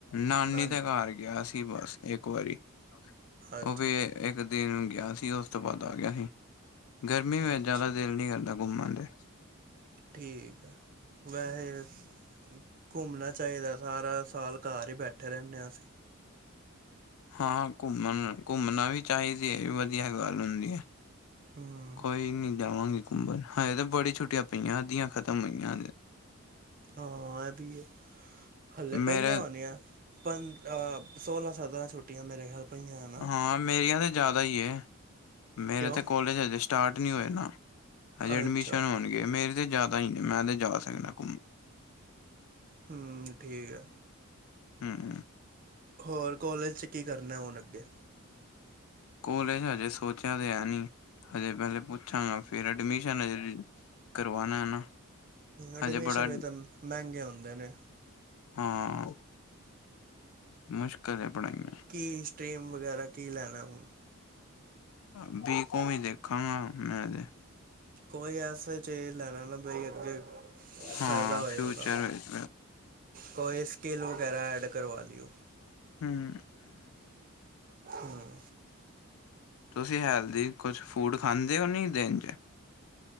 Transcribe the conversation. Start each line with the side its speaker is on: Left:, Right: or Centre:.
Left: ਨਾਨੀ
Right: ਨਾਨ
Left: ਦੇ ਘਰ ਗਿਆ ਸੀ ਬਸ ਇੱਕ ਵਾਰੀ,
Right: ਅੱਛਾ
Left: ਉਹ ਵੀ ਇੱਕ ਦਿਨ ਗਿਆ ਸੀ, ਉਸ ਤੋਂ ਬਾਦ ਆ ਗਿਆ ਸੀ। ਗਰਮੀ ਵਿਚ,
Right: ਅੱਛਾ
Left: ਜਾਦਾ ਦਿਲ ਨਹੀਂ ਕਰਦਾ ਘੁੰਮਣ ਤੇ
Right: ਠੀਕ ਆ, ਵੈਸੇ ਘੁੰਮਣਾ ਚਾਹੀਦਾ, ਸਾਰਾ ਸਾਲ ਘਰ ਹੀ ਬੈਠੇ ਰਹਿੰਦੇ ਹਾਂ ਅਸੀਂ।
Left: ਹਾਂ ਘੁੰਮਣ, ਘੁੰਮਣਾ ਵੀ ਚਾਹੀਦੀ ਏ, ਵਧੀਆ ਗੱਲ ਹੁੰਦੀ ਏ।
Right: ਹੂੰ
Left: ਕੋਈ ਨੀ ਜਾਵਾਂਗੇ ਘੁੰਮਣ, ਹਜੇ ਤਾਂ ਬੜੀ ਛੁਟੀਆਂ ਪਈਆਂ, ਅੱਧੀਆਂ ਖਤਮ ਹੋਈਆਂ ਹਜੇ।
Right: ਹਾਂ ਏ ਵੀ ਏ ਹਲੇ ਪਹੀਆਂ
Left: ਮੇਰੇ
Right: ਹੁਣੀਆਂ ਪੰ ਅ ਸੋਲਾਂ ਸਤਰਾਂ ਛੁਟੀਆਂ ਮੇਰੇ ਖਿਆਲ ਪਈਆਂ ਨਾ
Left: ਹਾਂ ਮੇਰੀਆਂ ਤਾਂ ਜਾਦਾ ਹੀ ਏ ਮੇਰੇ
Right: ਕਿਉਂ
Left: ਤੇ ਕੋਲੇਜ ਅਜੇ ਸਟਾਰਟ ਨਹੀਂ ਹੋਏ ਨਾ ਹਜੇ ਐਡਮਿਸ਼ਨ
Right: ਅੱਛਾ
Left: ਹੋਣਗੇ ਮੇਰੇ ਤੇ ਜਾਦਾ ਹੀ ਨੇ ਮੈਂ ਤੇ ਜਾ ਸਕਨਾ ਘੁੰਮਣ
Right: ਹ ਠੀਕ ਹੈ
Left: ਹਮ
Right: ਹੋਰ ਕੋਲਜ 'ਚ ਕੀ ਕਰਨਾ ਹੁਣ ਅੱਗੇ
Left: ਕੋਲੇਜ ਹਜੇ ਸੋਚਿਆ ਤੇ ਹੈ ਨੀ ਹਜੇ ਪਹਿਲੇ ਪੁੱਛਾਂਗਾ ਫੇਰ ਐਡਮਿਸ਼ਨ ਕਰਵਾਣਾ ਨਾ
Right: ਐਡਮਿਸ਼ਨ
Left: ਹਜੇ ਬੜਾ
Right: ਵੀ ਤਾਂ ਮਹਿੰਗੇ ਹਉਦੇ ਨੇ
Left: ਹਾਂ ਮੁਸ਼ਕਿਲ ਹੈ ਪੜ੍ਹਾਈਆਂ
Right: ਕੀ ਸਟਰੀਮ ਵਗੈਰਾ ਕੀ ਲੈਣਾ ਹੁਣ
Left: ਬ ਕੋਮ ਵੀ ਦੇਖਾਂਗਾ ਮੈਂ ਤੇ
Right: ਕੋਈ ਐਸੇ ਚੇਜ਼ ਲੈਣਾ ਨਾ ਇਥੇ
Left: ਹਾਂ
Right: ਫਾਇਦਾ ਹੋਏ
Left: ਫਿਊਚਰ
Right: ਉਹਦਾ
Left: ਵਿੱਚ
Right: ਕੋਈ ਕੀਂਲ ਵਗੈਰਾ ਐਡ ਕਰਵਾ ਲਿਓ
Left: ਹਮ
Right: ਹਮ
Left: ਤੁਸੀਂ ਹੈਲਦੀ ਕੁਛ ਫੂਡ ਖਾਂਦੇ ਹੋ ਨੀ ਦਿਨ 'ਚ?